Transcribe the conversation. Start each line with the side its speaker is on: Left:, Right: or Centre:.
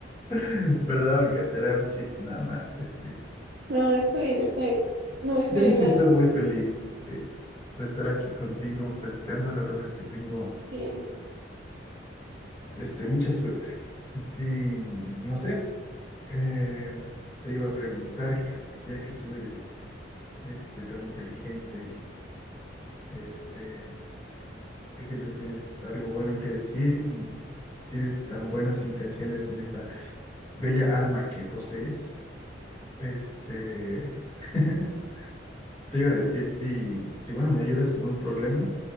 Left: <clears throat> <laughs> perdón, Kat, era un chiste nada más, este.
Right: No, estoy en, estoy, no estoy
Left: Yo me
Right: en
Left: siento
Right: la
Left: muy feliz, este, de estar aquí contigo platicando. La verdad es que tengo,
Right: bien.
Left: este, mucha suerte. Y no sé. Eh, te iba a preguntar, Kat, ya que tú eres este, tan inteligente y este, que siempre tienes algo bueno que decir y tienes tan buenas intenciones en esa bella alma que posees, este, <laughs> te iba a decir si, si, bueno, me ayudas con un problema